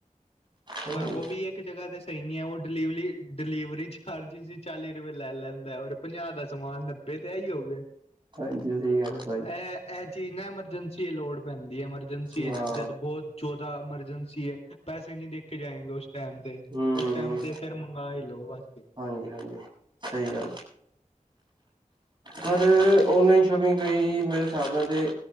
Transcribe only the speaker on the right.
ਹਨਾ
ਜੀ
ਹਾਂਜੀ ਸਹੀ ਗੱਲ ਹੈ ਭਾਜੀ।
ਹਾਂ
ਹਮ
ਹਾਂਜੀ -ਹਾਂਜੀ ਸਹੀ ਗੱਲ। ਪਰ ਔਨਲਾਈਨ ਸ਼ਾਪਿੰਗ ਗਈ ਮੇਰੇ ਹਿਸਾਬ ਨਾਲ ਤੇ।